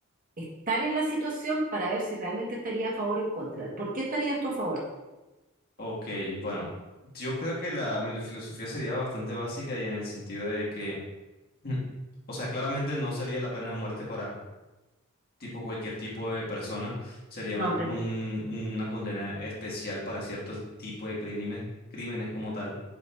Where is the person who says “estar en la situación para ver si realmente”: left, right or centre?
Right